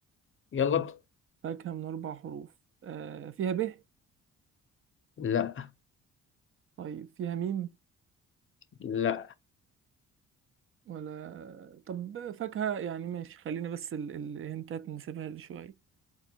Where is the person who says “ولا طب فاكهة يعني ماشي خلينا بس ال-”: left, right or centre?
Right